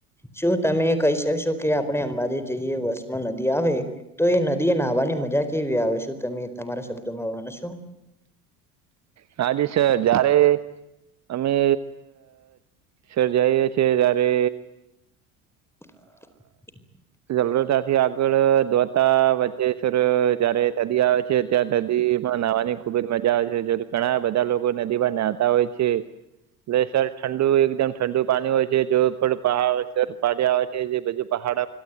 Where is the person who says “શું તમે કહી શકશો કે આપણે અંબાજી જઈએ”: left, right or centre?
Centre